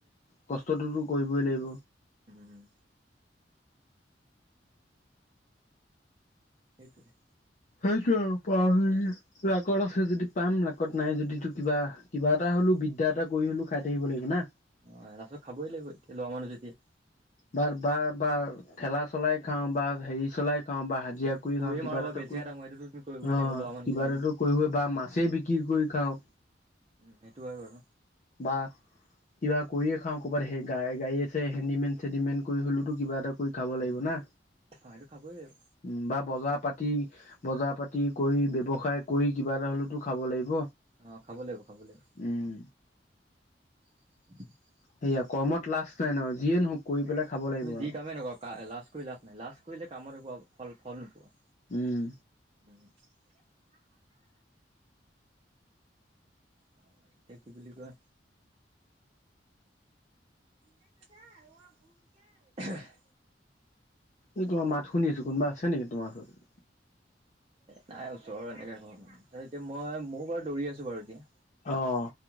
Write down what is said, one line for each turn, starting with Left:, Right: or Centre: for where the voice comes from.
Left: কষ্টটোতো কৰিবই লাগিব।
Right: উমম সেইটোৱে
Left: সেইটোৱে পা লাকত আছে যদি পাম, লাকত নাই যদিতো কিবা কিবা এটা হ'লও বিদ্যা এটা কৰি হ'লো খাই থাকি দিব লাগিব না
Right: অ ৰাসত খাবই লাগিব এতিয়া লোৱা মানুহ যেতিয়া
Left: বাাৰ বা বা ঠেলা চলাই খাওঁ বা হেৰি চলাই খাওঁ বা হাজিৰা কৰি
Right: কোৰেই
Left: খাওঁ কিবা
Right: মাৰো বা
Left: এটা
Right: বেলচেৰাই
Left: কৰি
Right: দাঙো
Left: অ'
Right: সেইটোতো তুমি কৰিবই লাগিব ল'ৰা মানুহ
Left: কিবা
Right: যেতিয়া
Left: এটাটো কৰিবই বা মাছেই বিক্ৰী কৰি খাওঁ।
Right: উম, সেইটো হয় বাৰু।
Left: বা কিবা কৰিয়ে খাওঁ ক'ৰবাত স গ গাড়ী আছে হেডিমেন চেডিমেন কৰি হ'লেতো কিবা এটা কৰি খাব লাগিব না
Right: কমাইটো খাবই লাগিব।
Left: উম বা বজাৰ পাতি বজাৰ পাতি কৰি ব্যৱসায় কৰি কিবা এটা হ'লেওতো খাব লাগিব।
Right: অ' খাব লাগিব খাব লাগিব।
Left: উম
Right: <unintelligible>
Left: সেয়া কৰ্মত লাজ নাই নহয়, যিয়ে নহওক কৰি পেলাই খাব লাগিব
Right: তুমি যি
Left: আৰু
Right: কামেই নকৰা লাজ কৰি লাভ নাই লাজ কৰিলে কামত একো ফল নোপোৱা।
Left: উম,
Right: এতিা খা <unintelligible> অ' এতিয়া কি বুলি কোৱা নাযায় অ' সোনকে <unintelligible>
Left: এই তোাৰ মাত শুনিছো কোনবা আছে নেকি তোমাৰ ওৰত।
Right: এ নাই ওচৰৰ এনেকে ঘৰ মান এতিয়া মই মোৰ বাৰু দৌৰি আছো বাৰু এতিয়া
Left: অঁ